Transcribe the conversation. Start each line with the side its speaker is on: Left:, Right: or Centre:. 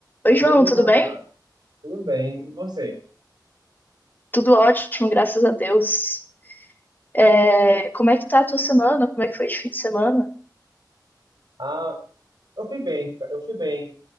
Left: Oi,
Right: Oi,
Left: João,
Right: Luana.
Left: tudo bem?
Right: Tudo bem? E você?
Left: Tudo ótimo, graças a Deus. É, como é que tá a tua semana? Como é que foi de fim de semana?
Right: Ah, eu fui bem. Eu fui bem.